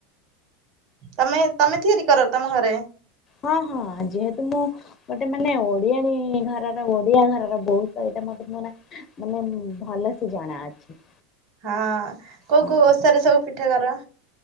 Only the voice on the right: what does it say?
ତମେ ତମେ ତିଆରି କର ତମ ଘରେ?
ହଁ କୋଉ
କୋଉ ଓଷା ରେ ସବୁ ପିଠା କର?